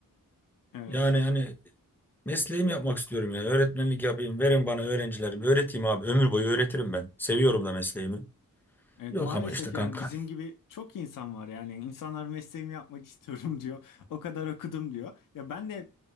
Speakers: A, on the left (about 65°); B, in the centre.
A: Evet.
B: Yani hani mesleğimi yapmak istiyorum ya. Öğretmenlik yapayım. Verin bana öğrencilerimi. Öğreteyim abi. Ömür boyu öğretirim ben. Seviyorum da mesleğimi.
A: Evet
B: Yok
A: maalesef
B: ama işte kanka.
A: yani bizim gibi çok insan var yani insanlar mesleğimi yapmak istiyorum <laughs> diyor. O kadar okudum diyor. Ya ben de